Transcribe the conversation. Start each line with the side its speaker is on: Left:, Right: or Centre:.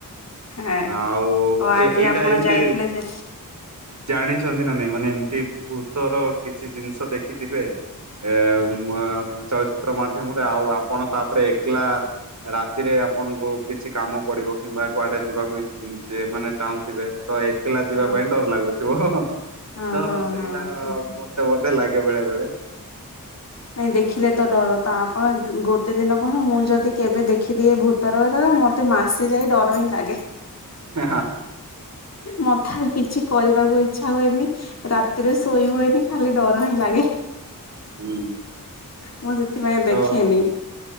Left: ହଁ
Right: ଆଉ
Left: ଆଜି
Right: ଏ ଏଇଟା
Left: ଆପଣ
Right: ଏମିତି
Left: ଯାଇଥିଲେ ସେ
Right: ଜାଣିଛନ୍ତି ନା ନାଇଁ ମାନେ ଏମିତି ଭୂତର କିଛି ଜିନିଷ ଦେଖିଥିବେ, ଏ ମ୍ ଚଳଚିତ୍ର ମାଧ୍ୟମରେ, ଆଉ ଆପଣ ତାପରେ ଏକଲା ରାତିରେ ଆପଣଙ୍କୁ କିଛି କାମ ପଡିବ କିମ୍ବା କୁଆଡେ ଯିବାକୁ ସେ ମାନେ ଚାହୁଁଥିବେ? ତ ଏକଲା ଯିବା
Left: ହଁ
Right: ପାଇଁ ଡର ଲାଗୁଥିବ। ତ
Left: ହଁ ହଁ
Right: ସେଇଟା
Left: ହଁ ଠିକ
Right: ମତେ ବୋଧେ ଲାଗ ଗେ ବେଳେବେଳେ
Left: ନାଇଁ ଦେଖିଲେ ତ ଡର ତ ଆପଣ ଗୋଟେ ଦିନ କଣ, ମୁଁ ଯଦି କେବେ ଦେଖିଦିଏ ଭୂତର ତର ମତେ ମାସେ ଯାଇ ଡର ହିଁ ଲାଗେ।
Right: ହ- ହଁ।
Left: ମତେ ଆଉ କିଛି କରିବାକୁ ଇଚ୍ଛା ହୁଏନି, ରାତିରେ ଶୋଇ ହୁଏନି ଖାଲି ଡର ହିଁ ଲାଗେ।
Right: ହୁଁ
Left: ମୁଁ ସେଥିପାଇଁ
Right: ତ
Left: ଦେଖେନି।